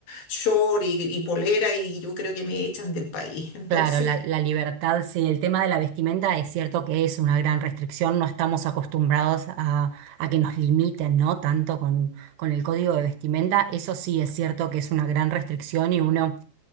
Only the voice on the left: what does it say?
short y, y polera y yo creo que me echan del país. Entonces,